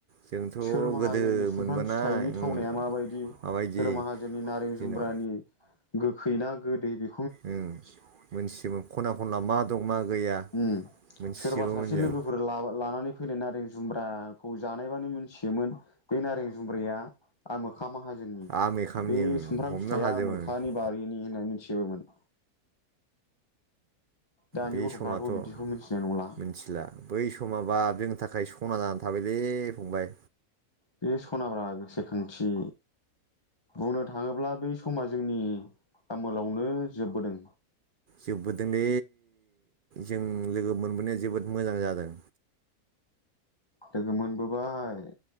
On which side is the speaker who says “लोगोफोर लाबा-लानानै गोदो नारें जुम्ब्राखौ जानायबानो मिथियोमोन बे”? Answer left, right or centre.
Left